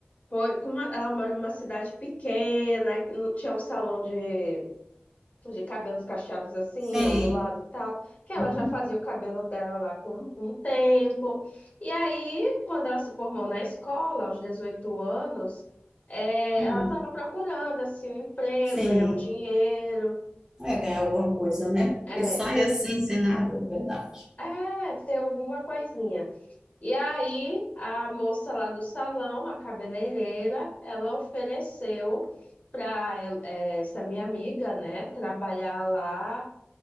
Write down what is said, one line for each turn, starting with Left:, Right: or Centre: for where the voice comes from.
Left: foi com uma, ela mora numa cidade pequena, não tinha um salão de tipo, de cabelos cacheados assim,
Right: Sim.
Left: ondulado e tal, que ela
Right: Uhum.
Left: já fazia o cabelo dela lá com, um tempo. E aí, quando ela se formou na escola, aos 18 anos, é,
Right: Hum.
Left: ela estava procurando assim, um emprego,
Right: Sim.
Left: ganhar um dinheiro,
Right: É ganhar alguma coisa, né?
Left: é,
Right: Porque sai assim sem nada, é verdade.
Left: é, ter alguma coisinha. E aí, a moça lá do salão, a cabeleireira, ela ofereceu para essa minha amiga, né, trabalhar lá